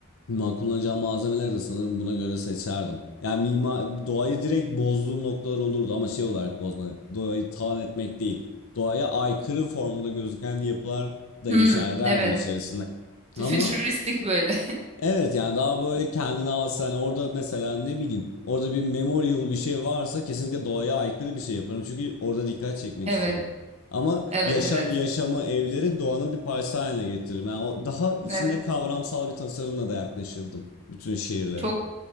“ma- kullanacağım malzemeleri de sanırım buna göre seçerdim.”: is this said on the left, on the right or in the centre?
Left